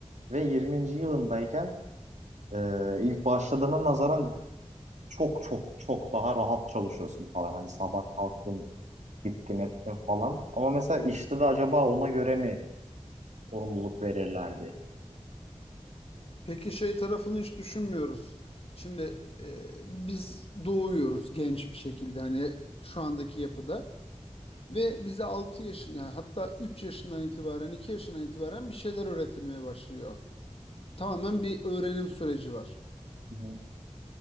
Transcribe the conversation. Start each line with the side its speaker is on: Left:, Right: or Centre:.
Right: ve 20. yılındayken e, ilk başladığına nazaran çok çok çok daha rahat çalışıyorsun falan. Hani sabah kalktın gittim ettim falan. Ama mesela işte de acaba ona göre mi sorumluluk verirlerdi?
Left: Peki şey tarafını hiç düşünmüyoruz. Şimdi e, biz doğuyoruz genç bir şekilde hani şu andaki yapıda ve bize 6 yaşın yani hatta 3 yaşından itibaren 2 yaşından itibaren bir şeyler öğretilmeye başlıyor. Tamamen bir öğrenim süreci var.
Right: Hı hı,